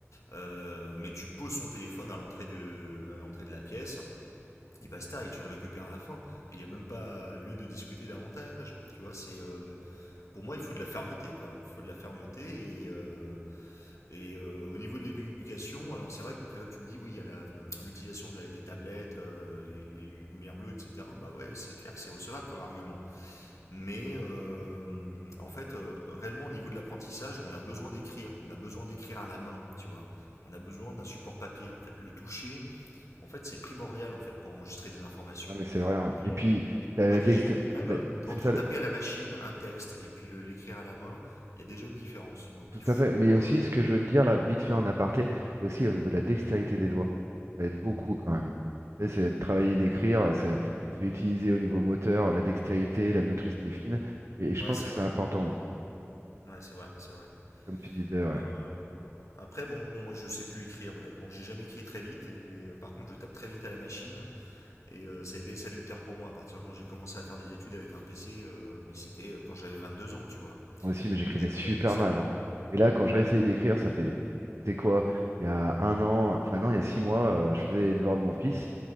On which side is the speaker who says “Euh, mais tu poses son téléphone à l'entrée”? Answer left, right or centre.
Left